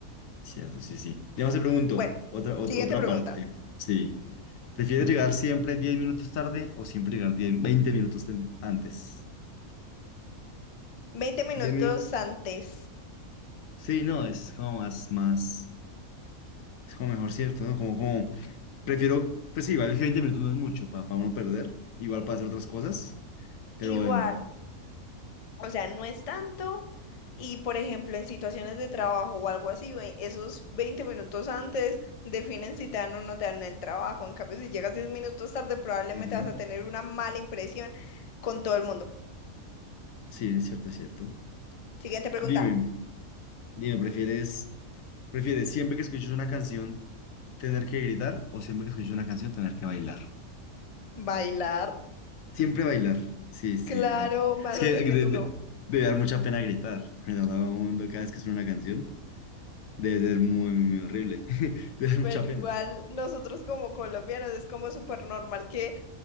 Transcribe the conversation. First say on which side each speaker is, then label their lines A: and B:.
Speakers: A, on the left (about 70°); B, on the left (about 50°).
A: Cierto, sí, sí. Digamos, te pregunto,
B: Bueno,
A: otra, ot-
B: siguiente
A: otra
B: pregunta.
A: parte. Sí. ¿Prefieres llegar siempre 10 minutos tarde o siempre llegar 10 20 minutos ten- antes?
B: 20 minutos
A: diez minutos.
B: antes.
A: Sí, no, es como más, más, es como mejor, ¿cierto? ¿No? Como, como, prefiero, pues sí, igual que 20 minutos no es mucho para uno perder, igual para hacer otras cosas, pero,
B: Igual.
A: em,
B: O sea, no es tanto. Y por ejemplo, en situaciones de trabajo o algo así, ve- esos 20 minutos antes definen si te dan o no te dan el trabajo. En cambio, si llegas 10 minutos tarde, probablemente
A: ujú,
B: vas a tener una mala impresión con todo el mundo.
A: sí, es cierto, es cierto.
B: Siguiente pregunta.
A: Dime, dime, ¿prefieres, prefieres siempre que escuches una canción tener que gritar o siempre que escuches una canción tener que bailar?
B: ¿Bailar?
A: Siempre bailar. Sí, sí,
B: Claro,
A: no.
B: me vas
A: Es que
B: a decir
A: de-
B: que tú
A: de-
B: no.
A: debe dar mucha pena gritar. A todo el mundo cada vez que suena una canción. Debe ser muy, muy, muy horrible. <laughs> Debe dar mucha
B: Pero
A: pena.
B: igual nosotros como colombianos es como súper normal que